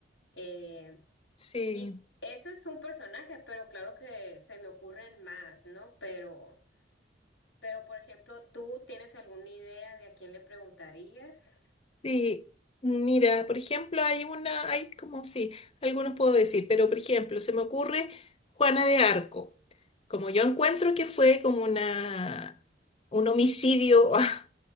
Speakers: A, on the left (about 80°); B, on the left (about 35°).
A: Em,
B: Sí,
A: y ese es un personaje, pero claro que se me ocurren más, ¿no? Pero, pero por ejemplo, ¿tú tienes alguna idea de a quién le preguntarías?
B: sí. Mira, por ejemplo, hay una, hay como, sí, algunos puedo decir, pero por ejemplo, se me ocurre Juana de Arco. Como yo encuentro que fue como una, un homicidio <laughs>